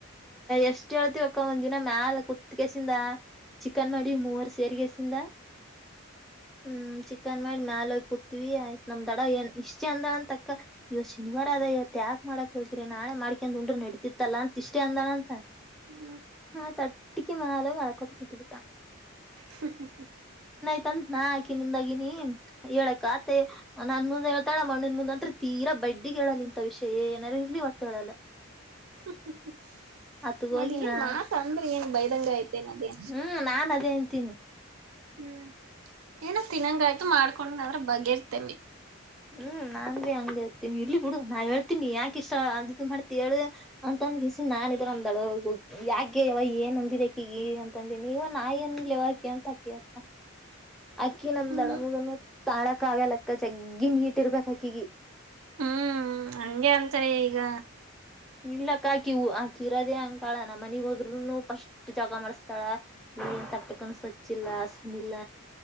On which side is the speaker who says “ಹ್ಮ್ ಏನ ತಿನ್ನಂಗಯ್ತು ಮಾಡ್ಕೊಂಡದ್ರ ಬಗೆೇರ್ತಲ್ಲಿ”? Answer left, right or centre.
Right